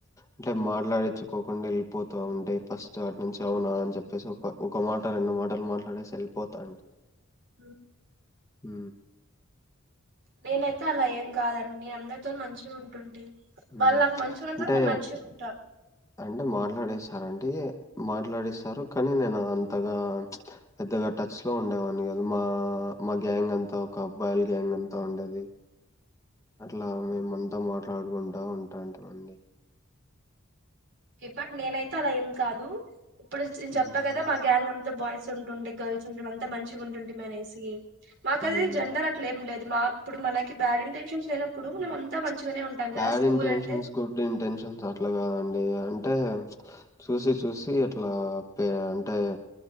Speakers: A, on the left; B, on the right.
A: అంటే మాట్లాడిఇత్ తెచ్చుకోకుండా వెళ్ళిపోతూ ఉంటే ఫస్ట్ అటు నుంచి అవునా అని చెప్పేసి ఒక ఒక మాట రెండు మాటలు మాట్లాడేసి వెళ్ళిపోతాండి.
B: ఉ
A: ఉ
B: నేనైతే అలా ఏం కాదండి నేను అందరితో మంచిగా ఉంటుంటి.
A: ఉ
B: వాళ్ళు నాకు మంచిగా ఉన్నంత
A: అంటే.
B: వరకు నేను మంచిగా ఉంటా
A: అంటే మాట్లాడేసి హర్ ఆంటీ మాట్లాడిస్తారు కానీ నేను అది అంతగా పెద్దగా టచ్ లో ఉండేవాని కాదు. మా మా గ్యాంగ్ అంతా ఒక అబ్బాయిల్ గ్యాంగ్ అంతా ఉండేది అట్లా మేమంతా మాట్లాడుకుంటా ఉంటాంటిమండి.
B: ఇప్పటు నేనైతే అలా ఏం కాదు ఇప్పుడు నేను
A: హ్మ్.
B: చెప్పా కదా మా గ్యాంగ్ అంతా బాయ్స్ గర్ల్స్ ఉంటుండే గర్ల్స్ ఉండడంతో అంత మంచిగా ఉంటుంటి మనేసి మాకు
A: హ్మ్.
B: అది జెండర్ అట్లా ఏంలేదు మా ఇప్పుడు మనకి బ్యాడ్ ఇంటెన్షన్స్ లేనప్పుడు మనం
A: ఉ
B: అంతా మంచిగానే ఉంటాం
A: బ్యాడ్
B: కదా స్కూల్
A: ఇంటెన్షన్స్,
B: అంటే
A: గుడ్ ఇంటెన్షన్స్ అట్లా కాదన్ ఇయ్య అంటే చూసి చూసి అట్లా పే అంటే